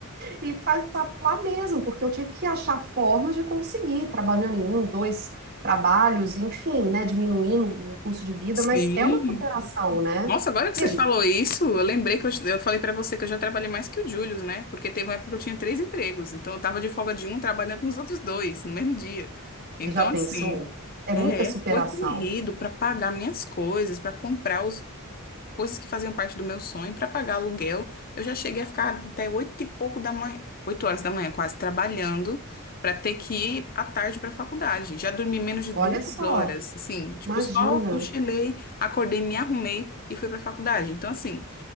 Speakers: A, on the right (about 50°); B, on the left (about 40°).
A: E faz o sapo pular mesmo, porque eu tive que achar formas de conseguir, trabalhando em um, dois trabalhos, enfim, né, diminuindo o custo de vida,
B: Sim.
A: mas é uma superação, né?
B: Nossa, agora que
A: E
B: você
A: a
B: falou isso, eu lembrei que eu, eu falei pra você que eu já trabalhei mais que o Július, né? Porque teve uma época que eu tinha três empregos. Então, eu tava de folga de um, trabalhando nos outros dois, no mesmo dia. Então,
A: Você já pensou?
B: assim.
A: É
B: É,
A: muita superação.
B: foi corrido para pagar minhas coisas, para comprar os coisas que faziam parte do meu sonho para pagar aluguel. Eu já cheguei a ficar até oito e pouco da manhã, oito horas da manhã quase trabalhando para ter que ir à tarde para a faculdade. Já dormi menos de duas
A: Olha só,
B: horas, assim, tipo
A: imagina.
B: só cochilei, acordei, me arrumei e fui para a faculdade. Então assim,